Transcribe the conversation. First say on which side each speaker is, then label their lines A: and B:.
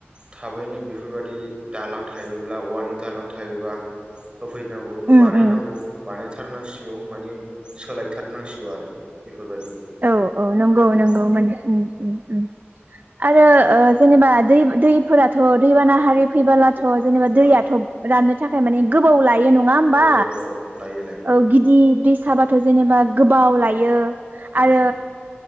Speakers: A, on the right; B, on the right.
A: थाबैनो बेफोरबादि दालां थायोब्ला औवानि दालां थायोबा होफैनांगौ
B: उम
A: एबा बानायनांगौ
B: उम
A: बानाय थारनांसिगौ माने सोलायथारनांसिगौ आरो बेफोरबायदि
B: औ औ नंगौ
A: औ
B: नंगौ माने उम उम उम आरो ओ जेनेबा दैब- दैफोराथ' दैबानाहारि फैबोला थ जेनेबा दैयाथ'
A: औ
B: राननो था खाय माने गोबौ लाय बे नङा होमबा
A: औ औ औ लायो लायो
B: ओ गिदिर दैसा बाथ जेनेबा गोब बाव लायो आरो
A: उम